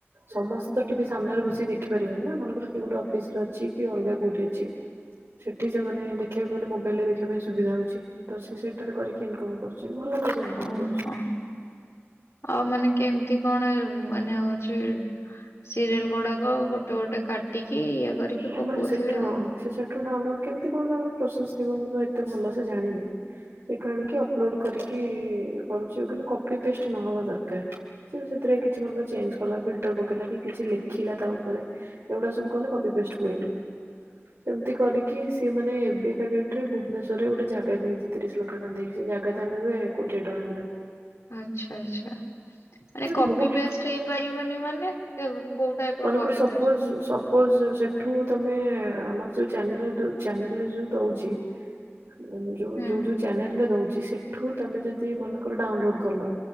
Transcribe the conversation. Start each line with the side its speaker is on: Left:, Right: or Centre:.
Right: ସମସ୍ତେ ଟିଭି ସାମ୍ନାରେ ବସି ଦେଖିପାରିବେନି ନା ମନ ଗୋଟେ ଅଫିସରେ ଅଛି କି ଅଲଗା କୋଉଠି ଅଛି, ସେଠି ସେମାନେ ଦେଖିବାକୁ ଗଲେ <unintelligible> ଦେଖିବା ପାଇଁ ସୁବିଧା ହୋଉଚି, ତ ସେଇଟାରେ କରିକି ଇନକ କରୁଚି। ଇକମ୍
Left: ଓହୋ
Right: କରୁଚି।
Left: ଆଉ ମାନେ କେମିତି କଣ ମାନେ ହୋଉଚି ସିରିଏଲ ଗୁଡାକ ଗୋଟେ ଗୋଟେ କାଟିକି ଇଏ କରିକି
Right: ଆ
Left: ପକଉଥିବେ
Right: ମାନେ ସେଠୁ ହଁ
Left: ଆଉ।
Right: ସେ ସେଠୁ ଡାଉନଲୋଡ କେମିତି କଣ ତାଙ୍କର ପ୍ରୋସେସ ଥିବ ମୁଁ ତ ଏତେ ଭଲସେ ଜାଣିନି। ସେଇଠୁ ଆଣିକି ଅପଲୋଡ କରିକି କରୁଚି, ଆଉ କିନ୍ତୁ କପି ପେଷ୍ଟ ନହବା ଦରକାର ସେ କିଛି <unintelligible> କଲା ଫର ପକେଇଲା କିଛି ଲେ ଖିଲା ତା ଉପରେ ଏଗୁଡା ସବୁ କଲେ କପି ପେଷ୍ଟ ହୁଏନି। ସେମିତି କରିକି ସିଏ ମାନେ ଏବିକା ଡେଟ ରେ ଭୁବନେଶ ରେ ଗୋଟେ ଜାଗା କିଣିଚି ତିରିଶ ଲକ୍ଷ ଟଙ୍କା ଦେଇକି। ଜାଗା ତ ଆମେ ବି କୋଟିଏ ଟଙ୍କା ହେଲା
Left: ଆଚ୍ଛା ଆଚ୍ଛା ମାନେ
Right: କିନ୍ତୁ
Left: କପି
Right: ବହୁତ
Left: ପେଷ୍ଟ ହେଇପାରିବନି ମାନେ କୋଉ ଟାଇପ
Right: ମନେକର
Left: ର କପି
Right: ସପୋଜ
Left: ପେଷ୍ଟ?
Right: ସପୋଜ ସେଠୁ ତମେ ଆମର ଯୋଉ ଚାନେଲ ଚାନେଲରେ ଯୋଉ ଦୋଉଚି। ଯୋଉ
Left: ହୁଁ
Right: ଯୋଉ ଯୋଉ ଚ୍ୟାନେଲରେ ଦୋଉଚି ସେଠୁ ତମେ ଯଦି ମନେକର ଡାଉନଲୋଡ କର।